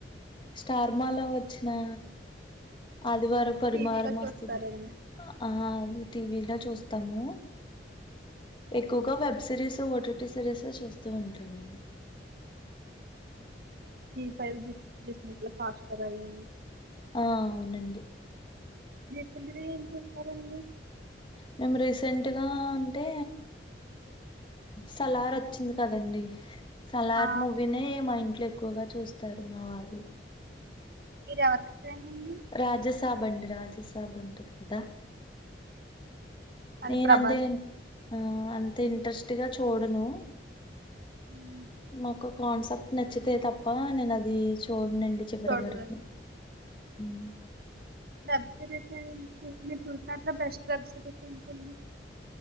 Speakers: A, on the left; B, on the right.
A: స్టార్మాలో వచ్చినా అది వేర పరిమాారం
B: టీవీలో చూస్తారండి
A: వస్తుది ఆ టీవ చూస్తాము ఎక్కువగా వెబ్ సిరస్ ఓటి సిరస్ చూస్తూ ఉంటాం సమ
B: ఫైవ ఇట్ ఫాస్టర్ అయ్యంది
A: ఆ అవునండి
B: మీ పగర ఏం చేస్తారండి
A: మేము రీసెంట్గా అంటే సలార్ వచ్చింది కదండి సలాార్
B: ఆ,
A: మూవీ మా ఇంట్లో ఎక్కువగా చూస్తారు మా వాళ్ళు
B: మీరెవరు అ
A: రాజసాబ్ అండి రాజసాబ ఉంటది కదా
B: అది
A: నేన్
B: ప్రభాస్
A: అంతే ఆ అంత ఇంట్రెస్ట్గా చూడను
B: ఉమ్,
A: మాకు కాన్సెప్ట్ నచ్చితే తప్ప నేను అది చూడ న్నం చిపురవరకు
B: చూడదండి
A: అ
B: వెబ్ సిరీస్ ఏ మీరు చూసినాట్లో బెస్ట్ వెబ్ సిరీస్ ఏంటంది